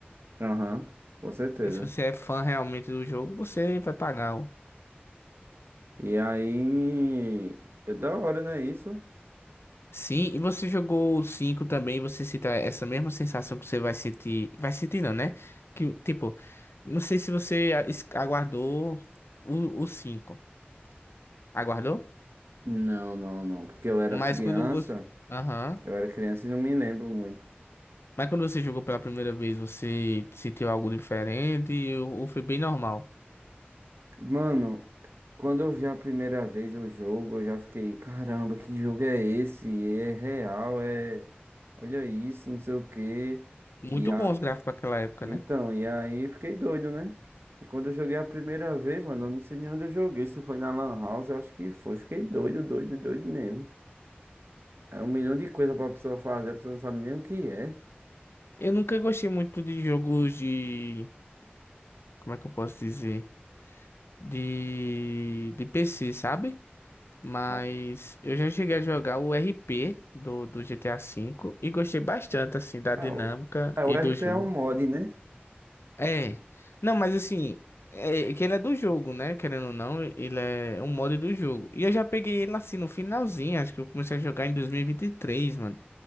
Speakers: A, on the right; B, on the left.
A: Aham, com certeza.
B: E se você é fã realmente do jogo, você vai pagar. o-
A: E aí, é da hora, né, isso?
B: Sim, e você jogou o cinco também, você cita essa mesma sensação que você vai sentir. Vai sentir, não, né? Que, tipo, não sei se você a- es- aguardou o, o 5. Aguardou?
A: Não, não, não, porque eu era
B: Mas
A: criança,
B: quando você. Aham.
A: eu era criança e não me lembro muito.
B: Mas quando você jogou pela primeira vez, você sentiu algo diferente ou ou foi bem normal?
A: Mano, quando eu vi a primeira vez o jogo, eu já fiquei, caramba, que jogo é esse? É real, é... Olha isso, não sei o quê.
B: Muito
A: E a...
B: bons os gráficos para aquela época,
A: Então,
B: né?
A: e aí fiquei doido, né? E quando eu joguei a primeira vez, mano, eu não sei nem onde eu joguei, se foi na Lan House, eu acho que foi. Fiquei doido, doido, doido mesmo. É um milhão de coisas pra pessoa fazer, a pessoa não sabe nem o que é.
B: Eu nunca gostei muito de jogos de. Como é que eu posso dizer? De. De PC, sabe? Mas
A: Não.
B: eu já cheguei a jogar o RP do, do GTA V e gostei bastante, assim, da dinâmica
A: Ah, o, é,
B: e
A: o R
B: do
A: P
B: jogo.
A: é um mod, né?
B: É. Não, mas assim. É que ele é do jogo, né? Querendo ou não, ele é um mod do jogo. E eu já peguei ele assim no finalzinho, acho que eu comecei a jogar em 2023, mano.